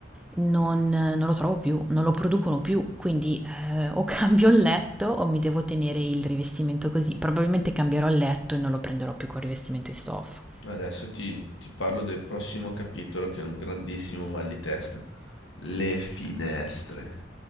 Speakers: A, in the centre; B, on the left.
A: non, non lo trovo più, non lo producono più, quindi eh, o <laughs> cambio il letto o mi devo tenere il rivestimento così. Probabilmente cambierò il letto e non lo prenderò più col rivestimento in stoffa.
B: Adesso ti, ti parlo del prossimo capitolo, che è un grandissimo mal di testa. Le finestre.